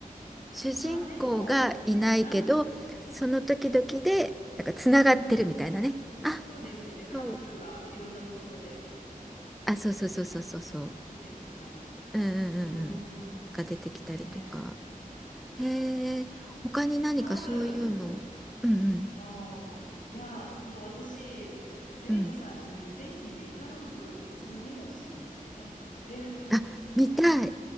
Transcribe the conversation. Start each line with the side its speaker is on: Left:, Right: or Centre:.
Centre: 主人公がいないけどその時々でなんかつながってるみたいなね。
Left: まあでも、なんか、うんうん。
Centre: あこの人
Left: そうですよね。カップルがいろんなところで
Centre: あ、そうそうそうそうそうそう。
Left: 出てくる感じ。
Centre: うんうんうん
Left: うーん。
Centre: うん。が出てきたりとか。
Left: ねえ。
Centre: へえ、
Left: た、
Centre: 他に何かそういうの。
Left: 多分
Centre: うんう
Left: ああ、いや、もう私、レイコさんにぜひデカローグ一度見てほしいんですよね。
Centre: んうん。
Left: で、
Centre: あ、見たい。